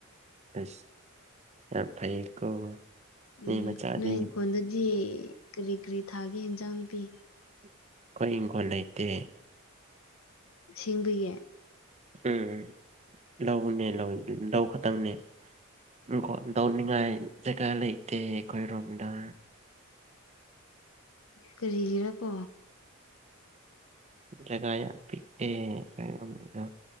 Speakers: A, on the right; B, on the left.
A: ꯑꯁ ꯌꯥꯝ ꯐꯩꯌꯦꯀꯣ ꯃꯤ
B: ꯎꯝ
A: ꯃꯆꯥꯗꯤ
B: ꯅꯣꯏ ꯏꯪꯈꯣꯜꯗꯗꯤ ꯀꯔꯤ ꯀꯔꯤ ꯊꯥꯒꯦ ꯌꯦꯟꯖꯥꯡ ꯅꯥꯄꯤ
A: ꯑꯩꯈꯣꯏ ꯏꯪꯈꯣꯜ ꯂꯩꯇꯦ
B: ꯑꯁꯦꯡꯕꯒꯤ
A: ꯎꯝ ꯂꯧꯅꯦ ꯂꯧ ꯂꯧ ꯈꯛꯇꯪꯅꯦ ꯏꯪꯈꯣꯜ ꯇꯧꯅꯤꯡꯉꯥꯏ ꯖꯒꯥ ꯂꯩꯇꯦ ꯑꯩꯈꯣꯏꯔꯣꯝꯗ
B: ꯀꯔꯤꯒꯤꯔꯥ ꯀꯣ
A: ꯖꯒꯥ ꯌꯥꯝ ꯄꯤꯛꯑꯦ ꯑꯩꯈꯣꯢꯔꯣꯝꯗ